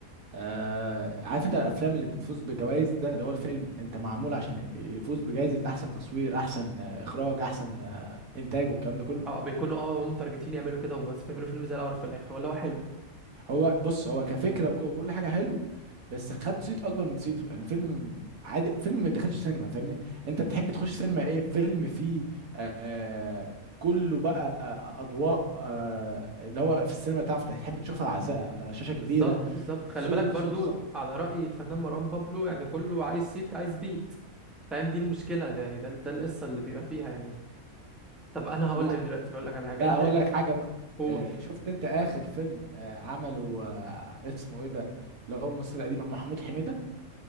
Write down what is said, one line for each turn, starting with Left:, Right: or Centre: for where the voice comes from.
Right: آه عارف انت الافلام اللي بتفوز بجوائز ده اللي هو الفيلم انت معمول عشان يفوز بجائزه احسن تصوير احسن آه، اخراج احسن آه، انتاج والكلام ده كله
Centre: اه بيكونوا اه هم متارجتين يعملوا كده وبس بيعملوا فيلم زي القرف في الاخر ولا هو حلو
Right: هو بص هو كفكره وك- وكل حاجه حلو بس خد صيت اكبر من صيته يعني فيلم عادي فيلم ما يدخلش سينما فاهمني انت تحب تخش سينما ايه فيلم فيه آه كله بقى اضواء آه اللي هو في السينما تعرف تحب تشوفها على س- على شاشه كبيره
Centre: بالظبط بالظبط خلي
Right: صوت
Centre: بالك برضو
Right: صوت خ...
Centre: على رأي الفنان مروان بابلو يعني كله عايز صيت عايز بيت فاهم دي المشكلة ده يعني ده ده القصة اللي بيبقى فيها يعني طب انا هقول
Right: لا
Centre: لك دلوقتي هقول لك على حاجة
Right: لا
Centre: انت
Right: اقول لك حاجه بقى
Centre: قول
Right: آه شفت انت اخر فيلم آه عمله آه اسمه ايه ده اللي هو الممثل القديم محمود حميده